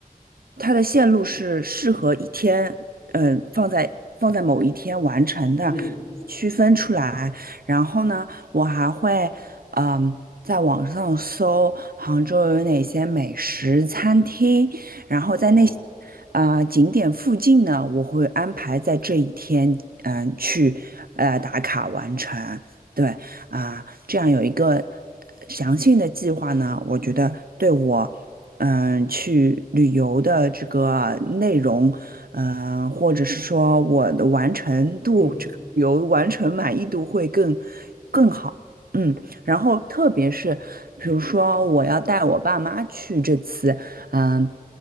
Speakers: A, on the right; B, on the left.
A: 它的线路是适合一天，嗯，放在放在某一天完成的，
B: 嗯，
A: 区分出来。然后呢，我还会，嗯，在网上搜杭州有哪些美食餐厅，然后在那些
B: 哦，
A: 呃景点附近呢，我会安排在这一天，嗯，去呃打卡完成。对啊，这样有一个详细的计划呢，我觉得对我。嗯，去旅游的这个内容，嗯、或者是说我的完成度，
B: 嗯，
A: 这个旅游完成满意度会更更好。嗯，然后特别是比如说我要带我爸妈去这次，嗯，